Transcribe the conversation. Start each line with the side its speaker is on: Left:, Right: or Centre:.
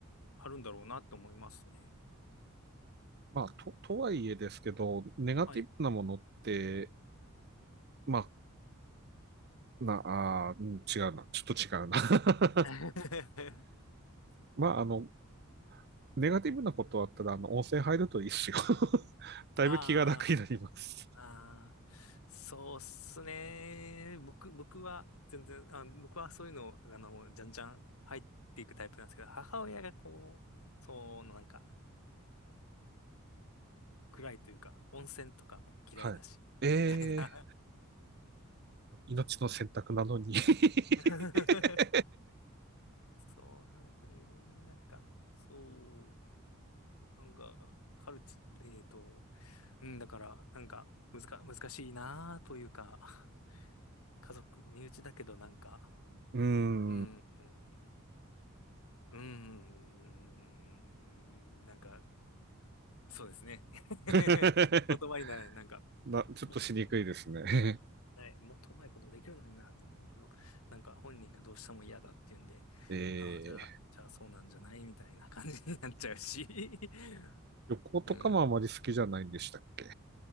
Left: あるんだろうなと思いますね。
Right: まあ、と、とはいえですけど、ネガティブなものって、
Left: はい。
Right: まあ、な、あーうん、違うな。ちょっと違うな。
Left: <laughs>
Right: <laughs> まあ、あの、ネガティブなことあったら、あの、温泉入るといいっすよ。<laughs> だいぶ気が楽になります。
Left: あーあー、あそうっすね。僕、僕は全然、あ、僕はそういうの、あの、じゃんじゃん入っていくタイプなんですけど、母親がこう、そのなんか、暗いというか、温泉とかも嫌いだし、
Right: はい。
Left: <laughs>
Right: え
Left: みたいな。
Right: ー、命の選択なのに
Left: そう。<laughs>
Right: <laughs>
Left: そうなんですね。なんか、そう、なんか、カルチ、えっと、うん、だから、なんか、むずか、難しいなというか、家族、身内だけどなんか、
Right: うー
Left: うん、
Right: ん。
Left: うんうーん、なんか、そうですね。<laughs> 言
Right: <laughs>
Left: 葉にならない、なんか、
Right: な、ちょっとしにくいですね。
Left: もっいいもっとうまいことできるのになと思うけど、なんか本人がどうしても嫌だっていうんで、
Right: <laughs> えー、
Left: ああ、じゃあ、じゃあそうなんじゃないみたいな感じになっちゃうし。<laughs>
Right: 旅行とかもあまり好きじゃないんでしたっけ
Left: うん。